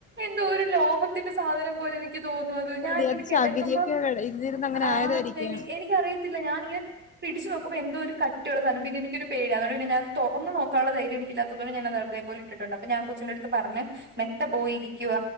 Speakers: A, on the right; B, on the left.
A: എന്തോ ഒരു ലോഹത്തിന്റെ സാധനം പോലെ എനിക്ക് തോന്നു അത് ഞാനിങ്ങനെ
B: എടി അത്
A: കിടക്കുമ്പോ
B: ചകിരിയൊക്കെ ഇതിരുന്ന് അങ്ങനെ
A: ആഹ്
B: ആയതായിരിക്കും
A: എനി എനിക്കറിയത്തില്ല ഞാനിങ്ങനെ പിടിച്ച് നോക്കുമ്പോ എന്തോ ഒരു കട്ടിയുള്ള സാധനം പിന്നെ എനിക്കൊരു പേടി അതുകൊണ്ട് ഞാൻ തുറന്ന് നോക്കാനുള്ള ധൈര്യം ഇല്ലാത്തതുകൊണ്ട് ഞാൻ അത് അതുപോലെ അത് ഇട്ടിട്ടുണ്ട് അപ്പോ ഞാൻ കൊച്ചിൻ്റെ അടുത്ത് പറഞ്ഞ് മെത്ത പോയിരിക്കുക